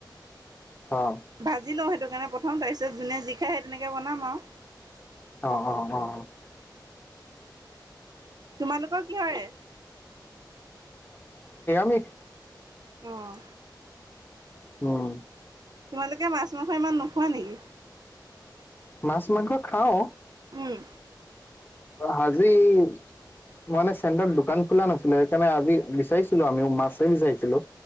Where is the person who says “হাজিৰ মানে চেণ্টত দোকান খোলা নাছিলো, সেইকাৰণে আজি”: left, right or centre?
Left